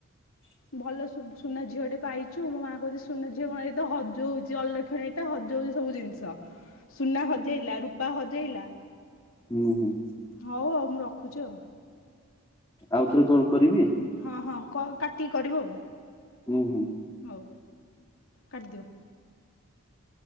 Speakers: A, on the left; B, on the left.
A: ହ
B: ଭଲ ସୁ-ସୁନା ଝିଅ ଟେ ପାଇଛୁ, ମୋ ମାଆ କହୁଛି ସୁନା ଝିଅ କଣ, ଏ ତ ହଜଉଚି ଅଲକ୍ଷଣୀ ଟା ହଜଉଚି ସବୁ ଜିନିଷ।
A: ହ୍
B: ସୁନା ହଜେଇଲା, ରୂପା ହଜେଇଲା।
A: ହୁଁ, ହୁଁ।
B: ହଉ ହଉ ମୁଁ ରଖୁଛି ଆଉ।
A: ଆଉ ଥରେ କଲ୍ କରିବି?
B: ହଁ, ହଁ କଲ୍ କାଟିକି କରିବ।
A: ଉଁ, ହଁ, ହଁ।
B: ହଉ। କାଟିଦିଅ।